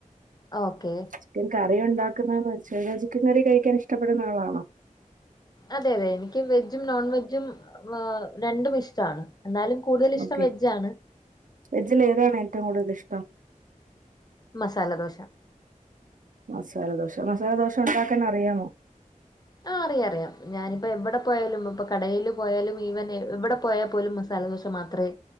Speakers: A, on the left; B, on the right.
A: ഓക്കേ
B: ചിക്കൻ കറി ഉണ്ടാക്കുന്നതന്ന് വെച്ച് കഴിഞ്ഞാൽ ചിക്കൻ കറി കഴിക്കാൻ ഇഷ്ടപ്പെടുന്ന ആളാണോ
A: അതെ അതെ എനിക്ക് വെജും നോൺ വെജ്ജും രണ്ടും ഇഷ്ടാണ് എന്നാലും കൂടുതൽ ഇഷ്ടം
B: ഓക്കെ
A: വെജ് ആണ്
B: വെജിൽ ഏതാണ് ഏറ്റവും കൂടുതൽ ഇഷ്ടം
A: മസാലദോശ
B: മസാലദോശ മസാലദോശ ഒണ്ടാക്കാൻ അറിയാമോ
A: ആ അറിയാം അറിയാം ഞാനിപ്പോ എവിടെ പോയാലും ഇപ്പ കടേൽ പോയാലും ഈവൻ എവിടെ പോയാപോലും മസാലദോഷ മാത്രം മാത്രേ